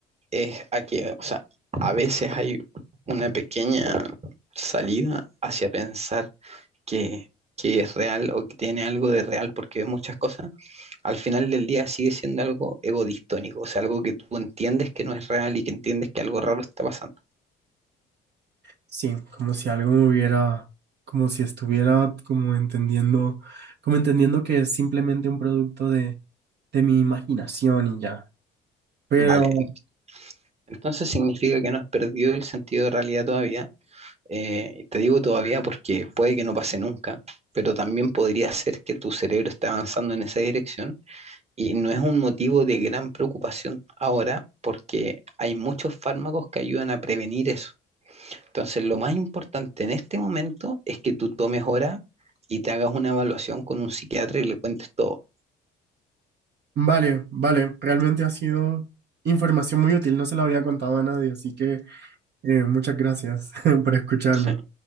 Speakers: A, on the right; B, on the right.
A: es a que, o sea, a veces hay una pequeña salida hacia pensar que, que es real o que tiene algo de real porque ves muchas cosas, al final del día sigue siendo algo egodistónico, o sea, algo que tú entiendes que no es real y que entiendes que algo raro está pasando.
B: sí, como si algo me hubiera, como si estuviera como entendiendo, como entendiendo que es simplemente un producto de, de mi imaginación y ya. Pero
A: Vale, entonces significa que no has perdido el sentido de realidad todavía. Eh, te digo todavía porque puede que no pase nunca, pero también podría ser que tu cerebro esté avanzando en esa dirección y no es un motivo de gran preocupación ahora porque hay muchos fármacos que ayudan a prevenir eso. Entonces, lo más importante en este momento es que tú tomes hora y te hagas una evaluación con un psiquiatra y le cuentes todo.
B: vale, vale, realmente ha sido información muy útil, no se la había contado a nadie, así que eh, muchas gracias <laughs> por escucharme.
A: ¿sí?